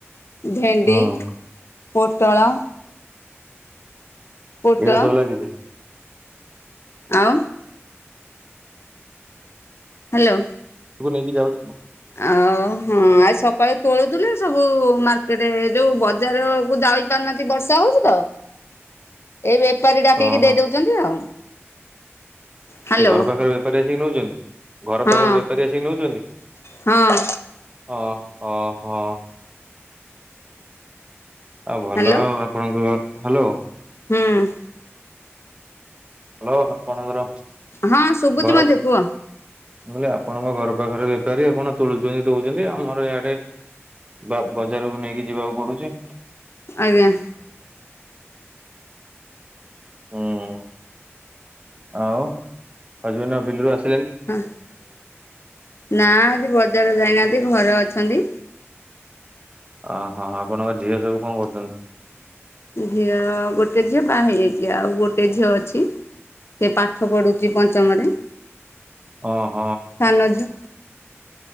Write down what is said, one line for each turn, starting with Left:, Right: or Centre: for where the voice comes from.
Left: ଭେଣ୍ଡି,
Right: ହଁ
Left: ପୋଟଳ ପୋଟ
Right: ଏଇରା ସବୁ ଲାଗିଚି?
Left: ଆଉ ହାଲୋ।
Right: ପୁଅ ନେଇକି ଯାଉ
Left: ଆଉ ହଁ ଆଜି ସକାଳେ ତୋଳୁଥୁଲେ ସବୁ ମାର୍ କେଟେ ଯୋଉ ବଜାରକୁ ଯାଉ ପାରୁନାହାନ୍ତି ବର୍ଷା ହଉଚି ତ ଏଇ ବେପାରୀ ଡାକିକି
Right: ହଁ
Left: ଦେଇ
Right: ହଁ
Left: ଦୋଉଚନ୍ତି ଆଉ। ହ୍ୟାଲୋ
Right: କିଏ ଘର ପାଖରେ ବେପାରୀ ଆସିକି ନୋଉଚନ୍ତି? ଘର
Left: ହଁ
Right: ପାଖରେ ବେପାରୀ ଆସିକି ନୋଉଚନ୍ତି
Left: ହଁ
Right: ହ ଅହ। ଆଉ ଭଲ
Left: ହ୍ୟାଲୋ
Right: ଆଉ ଆପଣଙ୍କୁ ହାଲୋ।
Left: ହୁଁ।
Right: ଲୋ ହାପଣଙ୍କର
Left: ହଁ ଶୁଭୁଛି
Right: ଘର
Left: ମତେ
Right: ମୁଁ
Left: କୁହ
Right: କଲି ଆପଣଙ୍କ ଘର ପାଖରେ ବେପାରୀ ଆପଣ ତୋଳୁଥୁବେ ଦୋଉଚନ୍ତି ଆମର ୟାଡ଼େ ବା ବଜାରକୁ ନେଇକି ଯିବାକୁ ପଡ଼ୁଚି।
Left: ଆଜ୍ଞା।
Right: ହୁଁ ଆଉ ହେଜିନା ବିଲୁରୁ ଆସ୍
Left: ହଁ ନାଁ ଆଜି ବଜାର ଯାଇନାହାନ୍ତି ଘରେ ଅ ଛନ୍ତି।
Right: ଅ ହ ଆପଣଙ୍କ ଝିଅ ସବୁ କଁ କରୁଚନ୍?
Left: ଝିଅ ଗୋଟେ ଝିଅ ବା ହେଇ ଯାଇଚି ଆଉ ଗୋଟେ ଝିଅ ଅଛି। ସେ ପାଠ ପଢୁଚି ପଞ୍ଚମରେ।
Right: ଅହ।
Left: ସାନ ଝିଅ